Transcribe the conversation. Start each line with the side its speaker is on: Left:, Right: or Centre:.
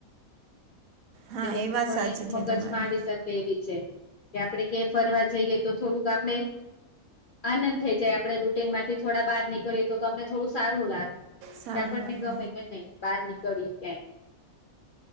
Right: હા
Left: તે વસ્તુ
Right: એ વાત
Left: પણ
Right: સાચી
Left: એક
Right: છે
Left: મગજમાં
Right: તમારી
Left: આવી શ કે એવી છે, કે આપડે કે ફરવા જઈએઈ તો થોડુંક આપણે આનંદ થઇ જાય આપડણે રૂટીન માંથી થોડા બહાર નીકળીએ તો અમને થોડું સારું લાગ
Right: સારું
Left: કે આપણને
Right: લાગે
Left: ગમે કે નહી બહાર નીકળીએ ક્યાંય